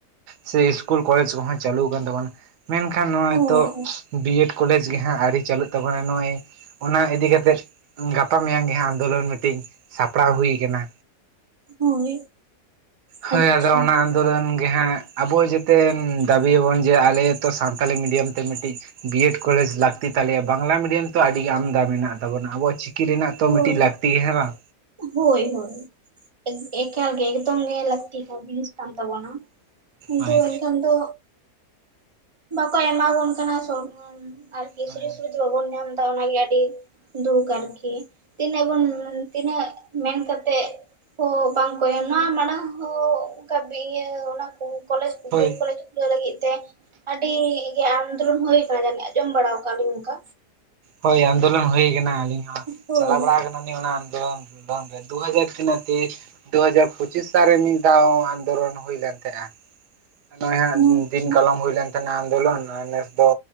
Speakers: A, on the right (about 90°); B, on the right (about 20°).
A: ᱥᱮ ᱤᱥᱠᱩᱞ ᱠᱚᱞᱮᱡᱽ ᱠᱚᱦᱚᱸ ᱪᱟᱹᱞᱩ ᱟᱠᱟᱱ ᱛᱟᱵᱚᱱᱟ ᱢᱮᱱᱠᱷᱟᱱ ᱱᱚᱜᱚᱭ
B: ᱦᱳᱭ
A: ᱛᱚ ᱵᱤ ᱮᱰ ᱠᱚᱞᱮᱡᱽ ᱜᱮ ᱦᱟᱸᱜ ᱟᱹᱣᱨᱤ ᱪᱟᱹᱞᱩᱜ ᱛᱟᱵᱚᱱᱟ ᱱᱚᱜᱼᱭ᱾ ᱚᱱᱟ ᱤᱫᱤᱠᱟ ᱠᱟᱛᱮᱜ ᱜᱟᱯᱟ ᱢᱮᱭᱟᱝ ᱜᱮ ᱦᱟᱸᱜ ᱟᱱᱫᱳᱞᱚᱱ ᱢᱤᱫᱴᱮᱱ ᱥᱟᱯᱲᱟᱣ ᱦᱩᱭ ᱟᱠᱟᱱᱟ᱾
B: ᱦᱳᱭ,
A: ᱦᱳᱭ
B: ᱟᱪᱪᱷᱟ
A: ᱟᱫᱚ ᱚᱱᱟ ᱟᱱᱫᱳᱞᱚᱱ ᱜᱮᱦᱟᱸᱜ ᱟᱵᱚ ᱡᱟᱛ ᱛᱮ ᱫᱟᱹᱵᱤᱭᱟᱵᱚᱱ ᱡᱮ ᱟᱞᱮ ᱦᱚᱛᱚ ᱥᱟᱱᱛᱟᱞᱤ ᱢᱤᱰᱤᱭᱟᱢ ᱛᱮ ᱢᱤᱫᱴᱤᱡ ᱵᱤᱭᱮᱰ ᱠᱚᱞᱮᱡᱽ ᱞᱟᱹᱠᱛᱤ ᱛᱟᱞᱮᱭᱟ ᱵᱟᱝᱞᱟ ᱢᱤᱰᱤᱭᱟᱢ ᱛᱚ ᱟᱹᱰᱤᱜ ᱟᱢᱫᱟ ᱢᱮᱱᱟᱜ ᱛᱟᱵᱚᱱᱟ ᱟᱵᱚᱣᱟᱜ ᱪᱤ ᱠᱤ ᱨᱮᱱᱟᱜ ᱛᱚ
B: ᱦᱳᱭ
A: ᱢᱤᱫᱴᱤᱡ ᱞᱟᱹᱠᱛᱤ ᱦᱮᱸ ᱵᱟᱝ᱾
B: ᱦᱳᱭ ᱦᱳᱭ ᱮᱠᱟᱞ ᱜᱮ ᱮᱠᱫᱚᱢ ᱜᱮ ᱞᱟᱹᱠᱛᱤ ᱠᱟᱱ ᱡᱤᱱᱤᱥ ᱠᱟᱱ ᱛᱟᱵᱚᱱᱟ᱾ ᱠᱤᱱᱛᱩ
A: ᱦᱳᱭ
B: ᱮᱱᱠᱷᱟᱱ ᱫᱚ ᱵᱟᱠᱚ ᱮᱢᱟᱵᱚᱱ ᱠᱟᱱᱟ ᱥᱚᱨᱠᱟᱨ ᱟᱨ
A: ᱦᱳᱭ
B: ᱥᱩᱡᱳᱜᱽ ᱥᱩᱵᱤᱫᱷᱟ ᱵᱟᱵᱚᱱ ᱧᱟᱢ ᱮᱫᱟ ᱚᱱᱟᱜᱮ ᱟᱹᱰᱤ ᱫᱩᱠ ᱟᱨᱠᱤ ᱛᱤᱱᱟᱹᱜ ᱵᱚᱱ ᱛᱤᱱᱟᱹᱜ ᱢᱮᱱ ᱠᱟᱛᱮᱫ ᱦᱚᱸ ᱵᱟᱝ ᱠᱚ ᱮᱢᱟ ᱢᱟᱲᱟᱝ ᱦᱚᱸ ᱚᱱᱠᱟ ᱤᱭᱟᱹ ᱚᱱᱟ ᱠᱚ ᱠᱚᱞᱮᱡᱽ ᱠᱚᱜᱮ
A: ᱦᱳᱭ
B: ᱠᱚᱞᱮᱡᱽ ᱠᱷᱩᱞᱟᱹᱣ ᱞᱟᱹᱜᱤᱫ ᱛᱮ ᱟᱹᱰᱤ ᱜᱮ ᱟᱱᱫᱳᱞᱚᱱ ᱦᱩᱭ ᱟᱠᱟᱱᱟ ᱡᱟᱹᱱᱤᱡ ᱡᱚᱢ ᱵᱟᱲᱟᱣ ᱟᱠᱟᱫ ᱞᱤᱧ᱾ ᱚᱱᱠᱟ
A: ᱦᱳᱭ ᱟᱱᱫᱳᱞᱚᱱ ᱦᱩᱭᱟᱠᱟᱱᱟ ᱟᱹᱞᱤᱧ ᱦᱚᱸ
B: ᱦᱳᱭ
A: ᱪᱟᱞᱟᱣ ᱵᱟᱲᱟ ᱠᱟᱱᱟ ᱡᱚᱠᱷᱚᱱ ᱜᱮ ᱚᱱᱟ ᱟᱱᱫᱚᱞᱚᱱ ᱟᱱᱫᱚᱞᱚᱱ ᱜᱮ ᱫᱩ ᱦᱟᱡᱟᱨ ᱛᱤᱱᱟᱹᱜ ᱛᱮᱣᱮᱥ ᱫᱩᱦᱟᱡᱟᱨ ᱯᱩᱪᱤᱥ ᱥᱟᱞᱨᱮ ᱢᱤᱫ ᱫᱷᱟᱣ ᱟᱱᱫᱚᱞᱚᱱ ᱦᱩᱭᱞᱮᱱ ᱛᱟᱦᱮᱸᱜ-ᱟ᱾ ᱱᱚᱜ-ᱚᱭ ᱦᱟᱸᱜ
B: ᱟᱪᱪᱷᱟ
A: ᱫᱤᱱ ᱠᱟᱞᱚᱢ ᱦᱩᱭ ᱞᱮᱱ ᱛᱟᱦᱮᱸᱱᱟ ᱟᱱᱫᱳᱞᱚᱱ ᱟᱨ ᱱᱮᱥ ᱫᱚ